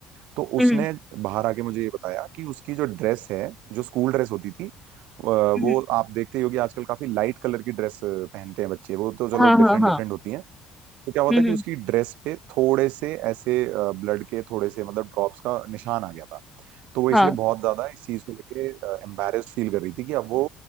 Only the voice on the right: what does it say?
तो उसने
बाहर आके मुझे ये बताया कि उसकी जो ड्रेस है जो स्कूल ड्रेस होती थी अ, वो
आप देखते ही होगे आजकल काफी लाइट कलर की ड्रेस पहनते हैं बच्चे वो तो चलो
डिफरेंट
डिफरेंट होती है तो क्या हुआ
था कि
उसकी ड्रेस पे थोड़े से ऐसे ब्लड के थोड़े से मतलब ड्रॉप्स का निशान आ गया था तो वो इसलिए
बहुत ज्यादा इस चीज को लेके एम्बेरेस्ड फील कर रही थी कि अब वो